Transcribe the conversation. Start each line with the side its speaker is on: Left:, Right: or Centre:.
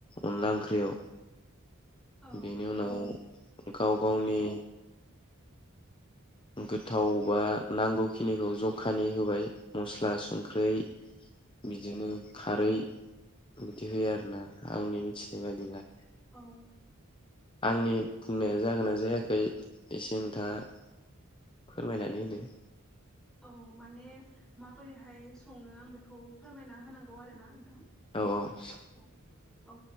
Left: अनला ओंख्रियाव
Centre: औ
Left: बेनि उनाव गाव गावनि गोथाव बा नांगौखिनिखौ जखानि होबाय मस्ला संख्रै बिदिनो खारै बिदि होयो आरोना आंनि मिथिनाय बायदिब्ला
Centre: औ
Left: आंनि बुंनाया जागोनना जायाखै इसे नोंथाङा फोरमायनानै होदो
Centre: औ माने माबोरैहाय सङो आं बेखौ फोरमायना होनांगौ आरो ना नोंथां
Left: अ
Centre: औ औ